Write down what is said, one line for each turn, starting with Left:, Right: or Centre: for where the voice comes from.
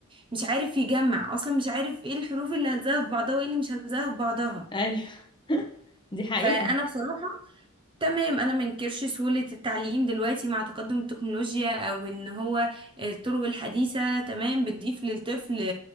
Right: مش عارف يجمع اصلا مش عارف ايه الحروف اللي هلزقها في بعضها وايه اللي مش هلزقها في بعضها
Left: ايوه <laughs> دي حقيقة
Right: فانا بصراحة تمام انا منكرش سهولة التعليم دلوقتي مع تقدم التكنولوجيا او ان هو الطرق الحديثة تمام بتضيف للطفل